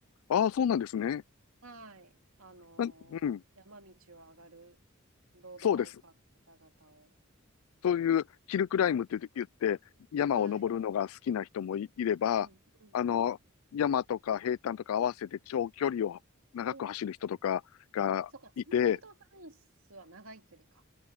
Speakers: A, on the left; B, on the right.
A: ああ、そうなんですね。
B: はい。あの、
A: なうん。
B: 山道を上がるロードバイカーの方々を。
A: そうです。そういうヒルクライムって言って、山を登るのが好きな人もい、
B: はい。
A: いれば、
B: うんうんうん。
A: あの、山とか平坦とか合わせて長距離を長く走る人とかがいて、
B: うんそっか、ツール・ド・フランスは長い距離か。